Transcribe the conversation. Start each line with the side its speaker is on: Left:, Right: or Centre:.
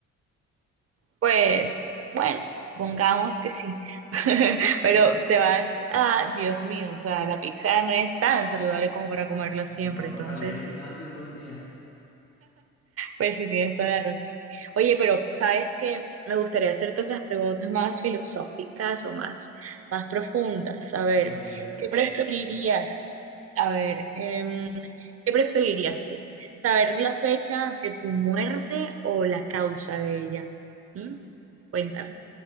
Right: Pues, bueno, pongamos que sí. <laughs> Pero
Left: <laughs>
Right: te vas a, Dios mío, o sea, la pizza no es tan saludable como para comerla siempre.
Left: No
Right: Entonces,
Left: tocaría ir al gimnasio todo el día.
Right: pues sí tienes toda la razón. Oye, pero ¿sabes qué? Me gustaría hacerte otras preguntas más filosóficas o más, más profundas. A ver,
Left: A ver,
Right: ¿qué preferirías? A ver, em, ¿qué preferirías tú? ¿Saber la fecha de tu muerte o la causa de ella? ¿Mm? Cuéntame.